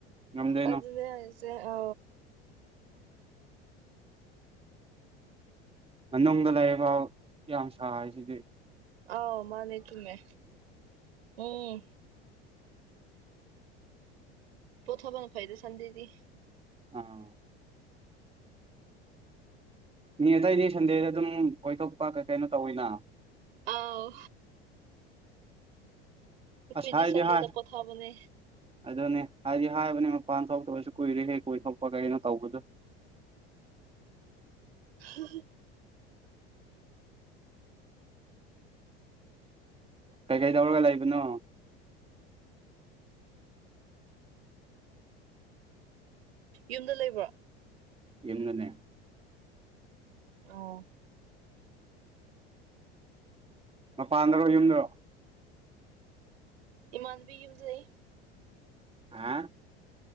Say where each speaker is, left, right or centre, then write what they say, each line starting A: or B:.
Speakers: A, on the right; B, on the right.
A: ꯉꯝꯗꯣꯏꯅꯣ
B: ꯑꯗꯨꯅꯦ ꯍꯥꯏꯁꯦ ꯑ
A: ꯃꯅꯨꯡꯗ ꯂꯩ ꯌꯥꯝ ꯁꯥ ꯍꯥꯏꯁꯤꯗꯤ
B: ꯑꯥꯎ ꯃꯥꯅꯦ ꯇꯨꯃꯦ ꯎꯝ ꯄꯣꯊꯥ ꯐꯅ ꯐꯥꯏꯗ ꯁꯗꯗꯤ
A: ꯑꯥ ꯃꯤ ꯑꯇꯩꯗꯤ ꯁꯟꯗꯦꯗ ꯑꯗꯨꯝ ꯀꯣꯏꯊꯣꯛꯄ ꯀ ꯀꯩꯅꯣ ꯇꯧꯋꯤꯅ
B: ꯑꯥꯎ ꯑꯩꯈꯣꯏꯗꯤ
A: ꯑꯁꯥꯏ
B: ꯁꯟꯗꯦꯗ
A: ꯍꯥꯏ
B: ꯄꯣꯊꯥꯕꯅꯦ
A: ꯑꯗꯨꯅꯦ ꯍꯥꯏꯗꯤ ꯍꯥꯏꯕꯅꯦ ꯃꯄꯥꯟ ꯊꯣꯛꯇꯕꯁꯨ ꯀꯨꯏꯔꯦ ꯍꯦ ꯀꯨꯏꯊꯣꯛꯄ ꯀꯩꯒꯤꯅꯣ ꯇꯧꯕꯗꯨ
B: <inaudible>
A: ꯀꯩ ꯀꯩ ꯇꯧꯔꯒ ꯂꯩꯕꯅꯣ
B: ꯌꯨꯝꯗ ꯂꯩꯕ꯭ꯔꯣ
A: ꯏꯦꯝꯅꯅꯦ
B: ꯑꯣ
A: ꯃꯄꯥꯟꯗꯔꯣ ꯌꯨꯝꯗꯣ
B: ꯏꯃꯥꯟꯕꯤꯒꯤ ꯂꯩ
A: ꯍꯥ